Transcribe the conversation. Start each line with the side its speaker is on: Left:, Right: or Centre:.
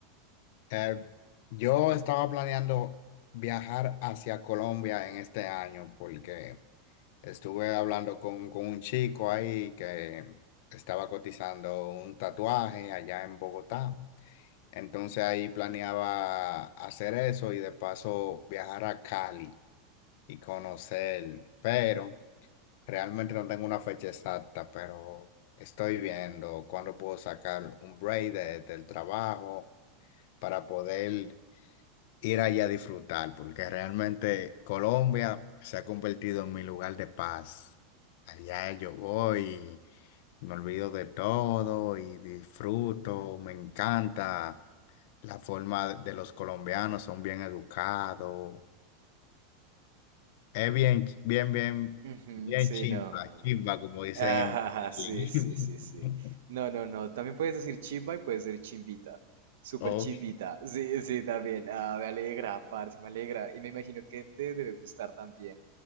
Left: Eh, yo estaba planeando viajar hacia Colombia en este año porque estuve hablando con, con un chico ahí que estaba cotizando un tatuaje allá en Bogotá. Entonces ahí planeaba hacer eso y de paso viajar a Cali y conocer, pero... Realmente no tengo una fecha exacta, pero estoy viendo cuándo puedo sacar un break de- del trabajo para poder ir allá a disfrutar, porque realmente Colombia se ha convertido en mi lugar de paz. Allá yo voy, me olvido de todo y disfruto, me encanta la forma de los colombianos, son bien educados. Es bien, bien, bien,
Right: Ujú,
Left: bien
Right: Sí,
Left: chimba,
Right: no.
Left: chimba, como dicen
Right: Ah,
Left: en <laughs>
Right: sí,
Left: Medellín.
Right: sí, sí, sí. No, no, no. También puedes decir chimba y puedes decir chimbita. Súper
Left: Ok,
Right: chimbita. Sí, sí, también. Ah, me alegra, parce, me alegra. Y me imagino que te debe gustar también